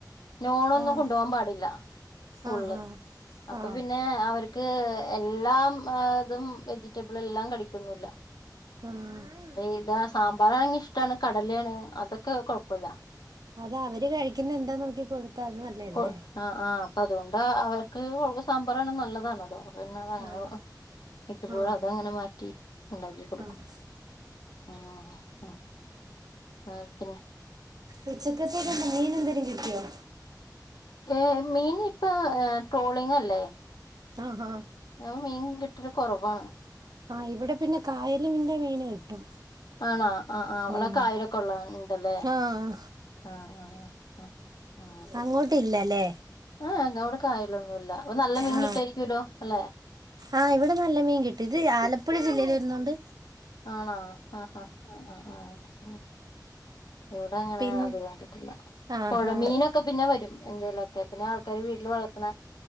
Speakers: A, on the left; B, on the right.
A: നോണൊന്നും
B: ആഹ്
A: കൊണ്ടുപോകാൻ പാടില്ല സ്കൂളില്
B: ആഹ് ആഹ്
A: അപ്പ
B: ആഹ്
A: പിന്നെ അവർക്ക് എല്ലാം ഏഹ് അതും വെജിറ്റബിൾ എല്ലാം കഴിക്കും ന്നൂല്ല
B: ആഹ്
A: ഇതാ സാമ്പാറാണെങ്കി ഇഷ്ടാണ് കടലേണ് അതൊക്കെ കൊഴപ്പില്ല
B: അതെ അവര് കഴിക്കുന്ന എന്താ നോക്കി കൊടുത്താ അത് നല്ലേല്ലേ?
A: ആഹ് ആഹ് അപ്പൊ അതുകൊണ്ട് അവർക്ക് സാമ്പാറാണ് നല്ലതാണല്ലോ അവർ പിന്ന അതങ്ങനെ
B: ആഹ്
A: മിക്കപ്പോഴും
B: ആഹ്
A: അതങ്ങനെ മാറ്റി ഉണ്ടാക്കി കൊടുക്കും.
B: ആഹ്
A: ആഹ് ഉം ആഹ് പിന്നെ
B: ഉച്ചക്കത്തേക്ക്‌ എന്താ മീൻ എന്തേലും കിട്ടിയോ?
A: ഏഹ് മീൻ ഇപ്പ ട്രോളിങ് അല്ലേ
B: ആഹ് ആഹ്
A: ഞാൻ മീൻ കിട്ടല് കൊറവാണ്
B: ആഹ് ഇവിടെ പിന്നെ കായലിന്റെ മീന് കിട്ടും
A: ആണോ ആഹ് ആഹ് അവിടെ
B: ഉം
A: കായലൊക്കെ ഒള്ള ഇണ്ടല്ലേ
B: ആഹ്
A: ആഹ് ആ ആ ആ
B: അങ്ങോട്ടില്ലല്ലേ
A: ആ അവിടെ കായലൊന്നുല്ല അപ്പൊ നല്ല മീൻ
B: ആ
A: കിട്ടായിരിക്കുവല്ലോ അല്ലെ
B: ആ ഇവിടെ നല്ല മീൻ കിട്ട് ഇത് ആലപ്പുഴ ജില്ലയിലെ ഇന്നുണ്ട്
A: ആണോ അ അ അ അ ആ ഹ് ഇവിടെ അങ്ങനെ
B: പിൻ
A: അത് കണ്ടിട്ടില്ല
B: ആഹ്
A: പൊയ
B: ആഹ്
A: മീനൊക്കെ പിന്നെ വരും എന്തെല കെ പിന്നെ ആൾക്കാര് വീട്ടില് വളർത്ത്ണ